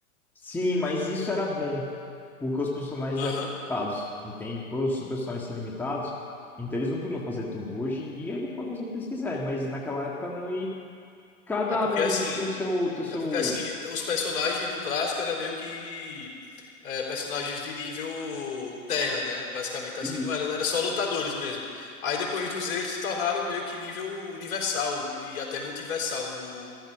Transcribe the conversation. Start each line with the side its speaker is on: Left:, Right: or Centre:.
Centre: Sim, mas isso era bom, porque os personagens
Left: Aham.
Centre: eram limitados, entende? Por os personagens serem limitados, então eles não podiam fazer tudo. Hoje em dia eles podem fazer o que eles quiserem, mas naquela época não. E Cada
Left: É porque
Centre: momento
Left: assim.
Centre: tem seu, tem seu...
Left: É porque assim, os personagens no clássico era meio que é, personagens de nível terra, né? Basicamente assim,
Centre: Isso.
Left: não era, era só lutadores mesmo. Aí depois dos eles se tornaram meio que nível universal e até multiversal no,